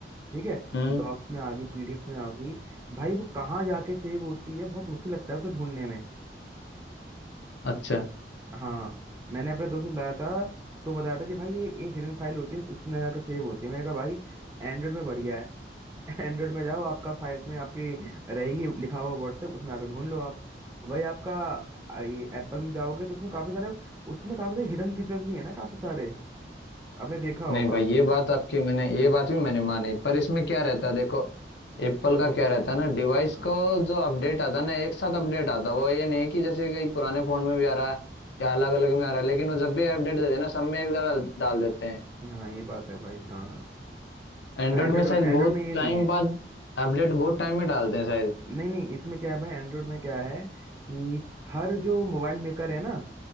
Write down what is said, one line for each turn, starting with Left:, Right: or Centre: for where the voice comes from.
Right: ठीक है
Left: हम्म
Right: डॉक्स में आ गई पीडीएफ में आ गई भाई वो कहाँ जाके सेव होती है बहुत मुश्किल लगता है उसे ढूंढने में
Left: अच्छा
Right: हाँ मैंने अपने दोस्त को लाया था तो बताया था कि भाई ये ये हिडन फाइल होती है उसके अंदर जाकर सेव होती है मैंने कहा भाई एंड्रॉइड में बढ़िया है <laughs> एंड्रॉइड में जाओ आपका फाइल्स में आपकी रहेगी लिखा होगा व्हाट्सएप उसमें आकर ढूंढ लो आप भाई आपका आ, ये एप्पल में जाओगे तो उसमें काफी सारे उसमें काफी सारे हिडन फीचर्स भी है ना काफी सारे आपने देखा होगा
Left: नहीं भाई ये बात आपकी मैंने ये बात भी मैंने मानी पर इसमें क्या रहता है देखो एप्पल
Right: हम्म
Left: का क्या रहता है ना डिवाइस
Right: हाँ
Left: को जो अपडेट आता है ना एक साथ अपडेट आता है वो ये नहीं कि जैसे कई पुराने फोन में भी आ रहा है या अलग अलग में आ रहा है लेकिन वो जब भी अपडेट देते हैं ना सब में एक डाल डाल देते हैं
Right: हाँ ये बात है भाई हाँ हाँ
Left: एंड्रॉइड
Right: एंड्रॉइड
Left: में शायद
Right: में एंड्रॉइड
Left: बहुत
Right: में ये
Left: टाइम
Right: नहीं है
Left: बाद अपडेट बहुत टाइम में डालते हैं शायद
Right: नहीं नहीं इसमें क्या है भाई एंड्रॉइड में क्या है कि हर जो मोबाइल मेकर है ना